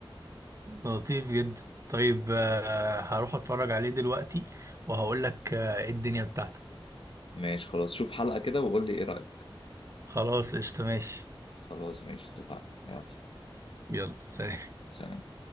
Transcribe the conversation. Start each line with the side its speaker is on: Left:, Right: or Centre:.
Right: لطيف جدا طيب آه، هروح اتفرج عليه دلوقتي وهقول لك آه، ايه الدنيا بتاعته
Left: ماشي خلاص شوف حلقه كده وقول لي ايه رايك
Right: خلاص قشطة ماشي
Left: خلاص ماشي اتفقنا يلا
Right: يلا سلام
Left: سلام